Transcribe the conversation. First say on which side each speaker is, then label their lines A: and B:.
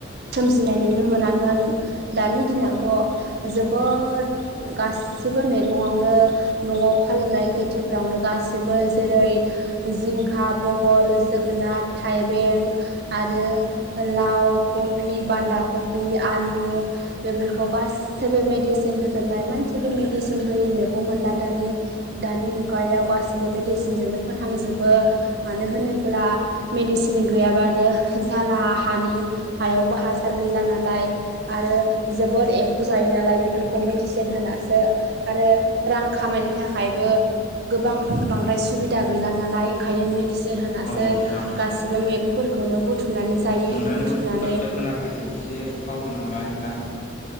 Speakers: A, on the right; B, on the left.
A: सोमजिनाय नुनो मोनामोन दानि दिनावथ' जोबोद गाससिबो मैगङावनो न'आव खालामनाय खेथिफ्रावनो गाससिबो जेरै जिंखा बहल जोगोनाद थाइबें आरो लाव कफि बान्दा कफि आलु बेफोरखौ गासैबो मेदिसिन होजोबनाय मोन सेबो मेडिसिन होयै मेगं मोनला दानि दानि मुगायाव गासिबो मेडिसिनजोंनो फोथां जोबो मानो होनोब्ला मेडिसिन गैयाबानो जाला हानि हायावबो हासार गैला नालाय आरो जोबोद एम्फौ जायो नालाय बेफोरखौ मेडिसिन होनासो आरो रां खामायनो थाखायबो गोबां बांद्राय सुबिदा गैला नालाय ओंखायनो मेडिसिन होनासो
B: नोंथां
A: गासिबो मैगंफोरखौनो बुथुमनानै जायो
B: नोंथांनिखौ
A: बुथुमनानै
B: <unintelligible> खोनाफैदों एसे टावार गोनाङाव लालाय नोंथां